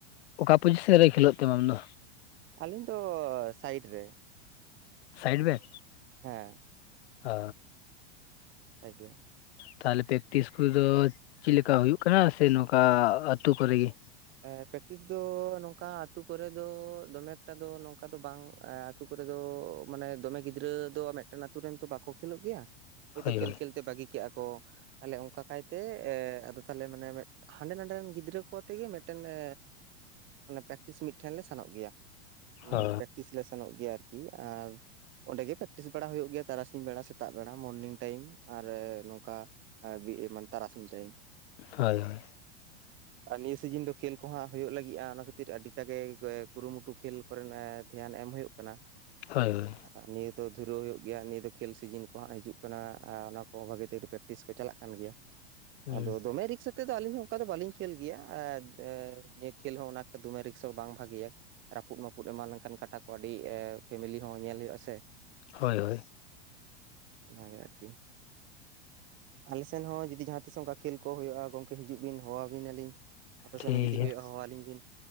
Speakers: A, on the left; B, on the right.
A: ᱚᱠᱟ ᱯᱚᱡᱤᱥᱮᱱ ᱨᱮ ᱠᱷᱮᱞᱳᱜ ᱛᱮᱢ ᱟᱢᱫᱚ
B: ᱟᱞᱤᱧ ᱫᱚ ᱥᱟᱭᱤᱰ ᱨᱮ
A: ᱥᱟᱭᱤᱰ ᱨᱮ
B: ᱦᱮᱸ
A: ᱟ
B: ᱥᱟᱭᱤᱰ ᱨᱮ
A: ᱛᱟᱦᱚᱞᱮ ᱯᱮᱠᱴᱤᱥ ᱠᱚᱱᱫᱚ ᱪᱤᱫ ᱞᱮᱠᱟ ᱦᱩᱭᱩᱜ ᱠᱟᱱᱟ ᱥᱮ ᱱᱚᱝᱠᱟ ᱟᱹᱛᱩ ᱠᱚᱨᱮ ᱜᱤ
B: ᱮ ᱯᱮᱠᱴᱤᱥ ᱫᱚ ᱱᱚᱝᱠᱟ ᱟᱹᱛᱩ ᱠᱚᱨᱮ ᱫᱚ ᱫᱚᱢᱮ ᱮᱠᱴᱟ ᱫᱚ ᱱᱚᱝᱠᱟ ᱫᱚ ᱵᱟᱝ ᱟᱹᱛᱩ ᱠᱚᱨᱮ ᱫᱚ ᱢᱟᱱᱮ ᱫᱚᱢᱮ ᱜᱤᱫᱽᱨᱟᱹ ᱫᱚ ᱢᱤᱫᱴᱮᱱ ᱟᱹᱛᱩ ᱨᱮᱱ ᱛᱚ ᱵᱟᱠᱚ ᱠᱷᱮᱞᱳᱜ ᱜᱮᱭᱟ ᱦᱳᱭᱛᱚ
A: ᱦᱳᱭ
B: ᱠᱷᱮᱞ
A: ᱦᱳᱭ
B: ᱠᱷᱮᱞᱛᱮ ᱵᱟᱹᱜᱤ ᱠᱮᱜᱼᱟ ᱠᱚ ᱛᱟᱞᱦᱮ ᱚᱱᱠᱟ ᱠᱟᱭᱛᱮ ᱮ ᱟᱫᱚ ᱛᱟᱦᱚᱞᱮ ᱢᱟᱱᱮ ᱢᱤᱫ ᱦᱟᱸᱰᱮ ᱱᱟᱸᱰᱮ ᱨᱮᱱ ᱜᱤᱫᱽᱨᱟᱹ ᱠᱚ ᱟᱛᱮᱜᱮ ᱢᱤᱫᱴᱮᱱᱮ ᱢᱟᱱᱮ ᱯᱮᱠᱴᱤᱥ ᱢᱤᱫᱴᱷᱮᱱ ᱞᱮ ᱥᱮᱱᱚᱜ ᱜᱮᱭᱟ
A: ᱚ
B: ᱯᱨᱮᱠᱴᱤᱥ ᱞᱮ ᱥᱮᱱᱚᱜ ᱜᱮᱭᱟ ᱟᱨᱠᱤ ᱟᱨ ᱚᱸᱰᱮᱜᱮ ᱯᱮᱠᱴᱤᱥ ᱵᱟᱲᱟ ᱦᱩᱭᱩᱜ ᱜᱮᱭᱟ ᱛᱟᱨᱟᱥᱤᱧ ᱵᱮᱲᱟ ᱥᱮᱛᱟᱜ ᱵᱮᱲᱟ ᱢᱚᱨᱱᱤᱝ ᱴᱟᱹᱭᱤᱢ ᱟᱨ ᱱᱚᱝᱠᱟ ᱟᱹᱵᱤ ᱮᱢᱟᱱ ᱛᱟᱨᱟᱥᱤᱧ ᱴᱟᱹᱭᱤᱢ
A: ᱦᱳᱭ ᱦᱳᱭ᱾
B: ᱟᱨ ᱱᱤᱭᱟᱹ ᱥᱤᱡᱤᱱ ᱫᱚ ᱠᱷᱮᱞ ᱠᱚᱦᱟᱸᱜ ᱦᱩᱭᱩᱜ ᱞᱟᱹᱜᱤᱜᱼᱟ ᱚᱱᱟ ᱠᱷᱟᱹᱛᱤᱨ ᱟᱹᱰᱤᱴᱟ ᱜᱮ ᱠᱚᱭᱮ ᱠᱩᱨᱩᱢᱩᱴᱩ ᱠᱷᱮᱞ ᱠᱚᱨᱮ ᱱᱚᱜᱼᱚᱭ ᱫᱷᱮᱭᱟᱱ ᱮᱢ ᱦᱩᱭᱩᱜ ᱠᱟᱱᱟ᱾
A: ᱦᱳᱭ ᱦᱳᱭ
B: ᱟᱨ ᱱᱤᱭᱟᱹ ᱫᱚ ᱫᱷᱩᱨᱟᱹᱣ ᱦᱩᱭᱩᱜ ᱜᱮᱭᱟ ᱱᱤᱭᱟᱹ ᱫᱚ ᱠᱷᱮᱞ ᱥᱤᱡᱤᱱ ᱠᱚ ᱦᱟᱸᱜ ᱦᱤᱡᱩᱜ ᱠᱟᱱᱟ ᱟᱨ ᱚᱱᱟ ᱠᱚᱦᱚᱸ ᱵᱷᱟᱹᱜᱤ ᱴᱷᱤᱠ ᱯᱨᱮᱠᱴᱤᱥ ᱠᱚ ᱪᱟᱞᱟᱜ ᱠᱟᱱ ᱜᱮᱭᱟ᱾
A: ᱦᱳᱭ
B: ᱟᱫᱚ ᱫᱚᱢᱮ ᱨᱤᱠᱥ ᱟᱛᱮᱫ ᱫᱚ ᱟᱹᱞᱤᱧ ᱦᱚᱸ ᱚᱱᱠᱟ ᱫᱚ ᱵᱟᱹᱞᱤᱧ ᱠᱷᱮᱞ ᱜᱮᱭᱟ ᱮ ᱱᱤᱭᱟᱹ ᱠᱷᱮᱞ ᱦᱚᱸ ᱚᱱᱟ ᱮᱠᱴᱟ ᱫᱚᱢᱮ ᱨᱤᱠᱥ ᱦᱚᱸ ᱵᱟᱝ ᱵᱷᱟᱜᱮᱭᱟ᱾ ᱨᱟᱹᱯᱩᱫ ᱢᱟᱹᱯᱩᱫ ᱮᱢᱟᱱ ᱞᱮᱱᱠᱷᱟᱱ ᱠᱟᱴᱟ ᱠᱚ ᱟᱹᱰᱤ ᱮ ᱯᱷᱮᱢᱮᱞᱤ ᱦᱚᱸ ᱧᱮᱞ ᱦᱩᱭᱩᱜᱼᱟ ᱥᱮ
A: ᱦᱳᱭ ᱦᱳᱭ
B: ᱚᱱᱟᱜᱮ ᱟᱨᱠᱤ ᱟᱞᱮᱥᱮᱱ ᱦᱚᱸ ᱡᱩᱫᱤ ᱡᱟᱦᱟᱸ ᱛᱤᱥ ᱚᱱᱠᱟ ᱠᱷᱮᱞ ᱠᱚ ᱦᱩᱭᱩᱜᱼᱟ᱾ ᱜᱚᱝᱠᱮ ᱦᱤᱡᱩᱜ ᱵᱤᱱ ᱦᱚᱦᱚᱣᱟᱵᱤᱱᱟ ᱞᱤᱧ ᱟᱯᱮ
A: ᱴᱷᱤᱠ
B: ᱥᱮᱱ ᱦᱚᱸ ᱡᱩᱫᱤ
A: ᱜᱮᱭᱟ
B: ᱦᱩᱭᱩᱜᱼᱟ᱾ ᱦᱚᱦᱚᱣᱟᱞᱤᱧ ᱵᱤᱱ